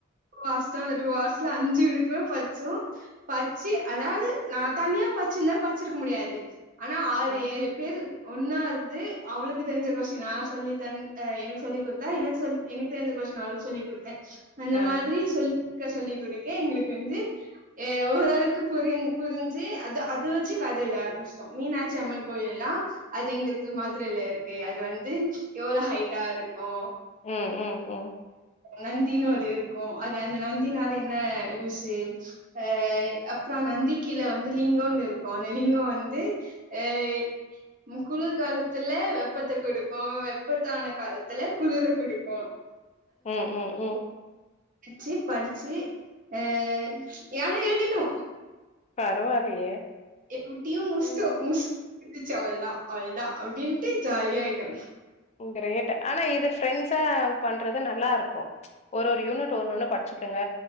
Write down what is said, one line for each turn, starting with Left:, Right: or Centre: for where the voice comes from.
Right: ஃபாஸ்டா வந்துட்டு லாஸ்ட்ல அஞ்சு யுனிட்டுமே பட்ச்சோ பச்சி அதாவ்து நா தனியா பச்சிருந்தா பச்சிருக்க முடியாது ஆனா ஆறு
Left: அ,
Right: ஏழு பேர் ஒன்னா இருந்து அவளுக்கு தெரிஞ்ச கொஷ்ஷின் நா சொல்லி தந் அ எனக்கு சொல்லி குடுத்தா எனக்கு சொல்லி எனக்கு தெரிஞ்ச கொஷ்ஷின் அவளுக்கு சொல்லி குடுத்த அந்த
Left: அ.
Right: மாதிரி சொல்லி க்க சொல்லி குடுக்க எங்களுக்கு வந்து எ ஓரளவுக்கு புரி புரிஞ்சி அது அத வச்சு கத எழ்த ஆரம்பிஷ்டோ மீனாட்சி அம்மன் கோயில்னா அது எங்க இருக்கு மதுரைல இருக்கு அது வந்து எவ்வளோ ஹைட்டா இருக்கு
Left: ம் ம் ம்
Right: நந்தினு ஒரு இருக்கு அது அந்த நந்தினால என்ன யூஸு அ அப்றோ நந்தி கீழ வந்து லிங்கோனு இருக்கு அந்த லிங்கொ வந்து ஆ ம் குளிர் காலத்துல வெப்பத்த குடுக்கு வெப்பத்தான காலத்துல குளிர குடுக்கு
Left: ம் ம் ம்
Right: வெச்சி படிச்சி ஆ யானா எழுதிட்டோ
Left: பரவாயில்லையே!
Right: எப்டியு முஷ்ட்டோ
Left: ம்.
Right: முஷ் ச்சு அவள்தா அவள்தா அப்டின்ட்டு ஜாலியாயிட்டோ
Left: கிரேட் ஆனா இது ஃப்ரெண்ட்ஸா பண்றது நல்லா இருக்கு ஒரு ஒரு யூனிட் ஒண்ணொன்னு படிச்சுக்கங்க